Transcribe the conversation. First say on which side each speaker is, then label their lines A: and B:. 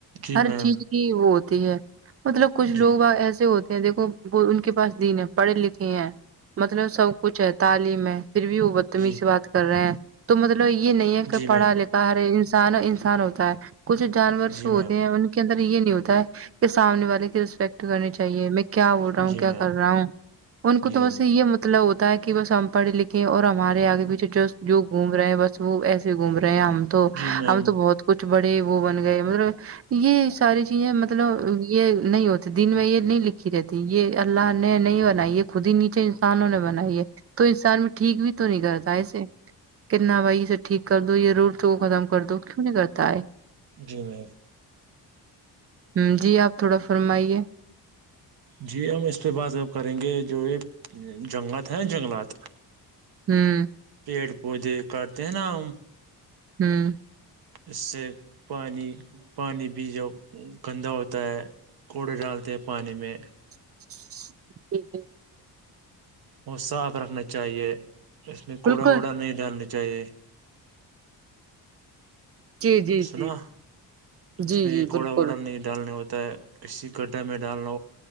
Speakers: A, on the right (about 60°); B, on the right (about 35°).
A: جی
B: ہر
A: میم
B: چیز کی وہ ہوتی ہے مطلب کچھ
A: جی
B: لوگ ایسے ہوتے دیکھو وہ ان کے پاس دین ہے پڑھے لکھے ہیں مطلب سب کچھ ہے تعلیم ہے پھر بھی وہ تمیز
A: جی
B: سے بات کر رہے ہیں تو مطلب یہ نہیں ہے کہ
A: جی
B: پڑھا
A: میم
B: لکھا ہر انسان انسان ہوتا ہے کچھ جانورسے
A: جی
B: ہوتے
A: میم
B: ہیں ان کے اندر یہ نہیں ہوتا ہے کہ سامنے والے کی رسپیکٹ کرنی چاہیے کیا بول رہا ہوں
A: جی
B: کیا
A: میم
B: کر رہا ہوں ان کو تو
A: جی
B: بس
A: میم
B: یہ مطلب ہوتا ہے کہ بس ہم پڑھے لکھے اور ہمارے آگے پیچھے جس جو گھوم رہے ہیں بس وہ ایسے گھوم رہے ہیں ہم تو
A: جی میم
B: ہم تو بہت کچھ بڑے وہ بن گئے مطلب یہ ساری چیزیں مب یہ نہیں ہوتی دن میں یہ نہیں لکھی رہتی یہ اللہ نے نہیں بنائی یہ خود ہی نیچے انسانوں نے بنائی ہے تو انسان بھی ٹھیک بھی تو نہیں کرتا ایسے کنا بھائی اس سے ٹھیک کر دو یہ روک ٹوک ختم کر دو کیوں نہیں کرتا ہے
A: جی میم
B: ہ جی آپ تھوڑا فرمائیے
A: جی ہم اس پہ بات کب کریں گے جو یہ جنگلات ہیں جنگلات
B: ہوں
A: پیڑ پودے کاٹتے ہیں نا ہم
B: ہوں
A: اس سے پانی پانی بھی جب گندا ہوتا ہے کوڑے ڈالتے ہیں پانی میں
B: <unintelligible>
A: وہ صاف رکھنا چاہیے اس میں
B: بالکل
A: کوڑا ووڑا نہیں ڈالنا چاہیے
B: جی جی
A: سنا
B: جی
A: اس
B: جی
A: میں
B: جی
A: یہ کوڑا
B: بالکل
A: ووڑا نہیں ڈالنا ہوتا ہے کسی گڈھا میں ڈالنا